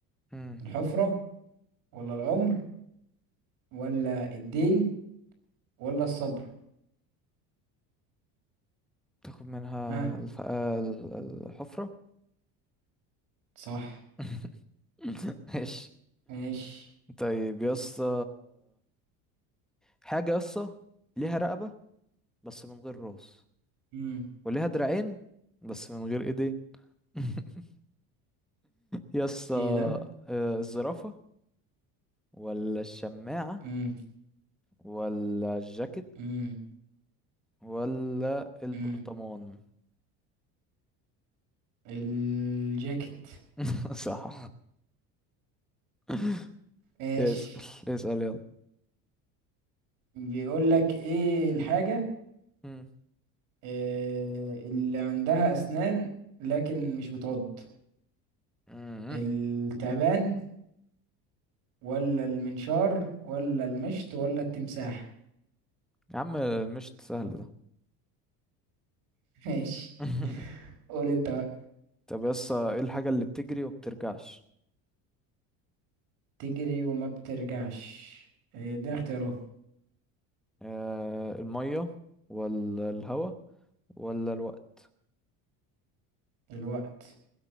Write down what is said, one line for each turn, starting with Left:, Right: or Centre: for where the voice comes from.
Centre: مم.
Right: الحفرة ولا العمر ولا الدين ولا الصبر
Centre: تاخد منها
Right: ها
Centre: الف... آه، ال- ال- الحفرة
Right: صح
Centre: <laughs> ماشي
Right: ماشي
Centre: طيب يا اسطى حاجة يا اسطى ليها رقبة بس من غير راس
Right: امم
Centre: وليها دراعين بس من غير ايدين <laughs> يا اسطى
Right: ايه ده
Centre: آه، الزرافة ولا الشماعة
Right: امم
Centre: ولا الجاكيت
Right: امم
Centre: ولا البرطمان
Right: امم الجاكيت
Centre: <laughs> صح <laughs>
Right: ماشي
Centre: اسأل اسأل يلا
Right: بيقول لك ايه الحاجة
Centre: مم.
Right: آه اللي عندها اسنان لكن مش بتعض
Centre: مم.
Right: التعبان ولا المنشار ولا المشط ولا التمساح
Centre: يا عم المشت سهل ده
Right: <laughs> ماشي
Centre: <laughs>
Right: قول انت بقى
Centre: طب يس ايه الحاجة اللي بتجري ومبترجعش
Right: تجري وما بترجعش إيه، ادينا اختيارات
Centre: آه المية ولا الهوا ولا الوقت
Right: الوقت